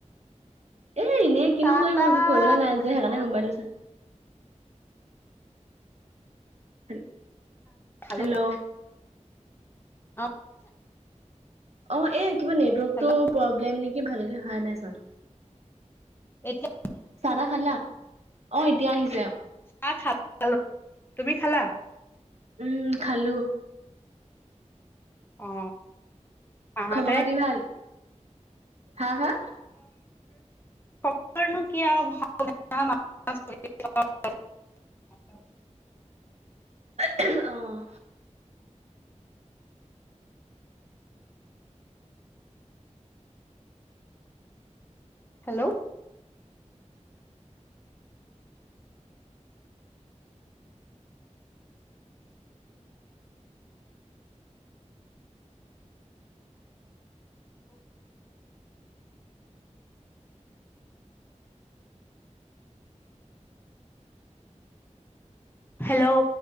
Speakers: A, on the right; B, on the left.
A: এ-এনেই কিনো
B: চাহ
A: কৰিম
B: তাহ
A: একো কৰিবলৈ নাই যে সেইকাৰণে মোবাইল লৈছ হেল্ল'
B: খালো
A: হেল্ল'?
B: অ
A: অ, এ কিবা নেটৱৰ্কটো
B: হেল্ল'
A: প্ৰব্লেম নেকি কি, ভালকে খাই নাই চোৱা।
B: এতিয়া ।
A: চাহ - তা খালা । অ, এতিয়া আহিছে আও ।
B: খ খাল খাল তুমি খালা <unintelligible>
A: উম, খালো।
B: অ, তাহাতে।
A: খবৰ খাতি ভাল হা, হা।
B: আমাৰ নু কি আও। ভাল বেয়াৰ মাজতে চলি আছো।
A: অহ,
B: হেল্ল'। হেল্ল'।